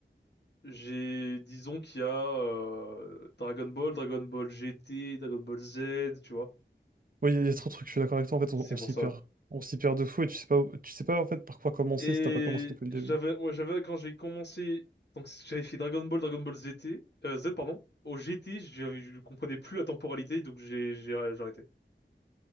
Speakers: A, on the left; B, on the right.
A: J'ai disons qu'il y a euh, Dragon Ball, Dragon Ball GT, Dragon Ball Z, tu vois.
B: Oui, il y, a y a trop de trucs. Je suis d'accord avec toi. En fait,
A: C'est
B: on, on
A: pour
B: s'y
A: ça.
B: perd. On s'y perd de fou et tu sais pas, où- tu sais pas en fait par quoi commencer
A: Et
B: si t'as pas commencé depuis le
A: j'avais,
B: début.
A: ouais, j'avais quand j'ai commencé, donc j'avais fait Dragon Ball, Dragon Ball Z euh, Z, pardon. Au GT, j'avais- je je comprenais plus la temporalité, donc j'ai j'ai j'ai arrêté.